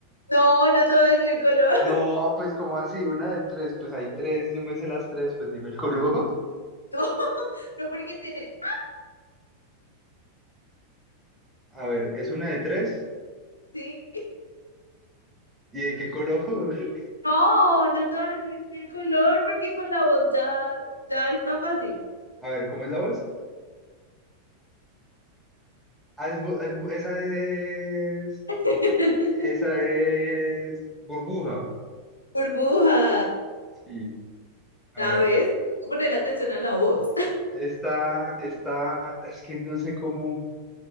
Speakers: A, on the left; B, in the centre.
A: No, no te voy a decir el color.
B: No, pues como así, una de tres, pues hay tres, yo me sé las tres, pues dime el color.
A: <laughs> No, no porque tiene.
B: <laughs> A ver, es una de tres.
A: Sí.
B: ¿Y de qué color? <laughs>
A: No, no te voy a decir el color porque con la voz ya, ya está fácil.
B: A ver, ¿cómo es la voz? Ah, es bu- es bu- esa es,
A: <laughs>
B: esa es burbuja.
A: Burbuja.
B: Sí, a
A: ¿Sabes?
B: ver,
A: Hay que Ponerle atención a la voz.
B: esta, esta, ah, es que no sé cómo,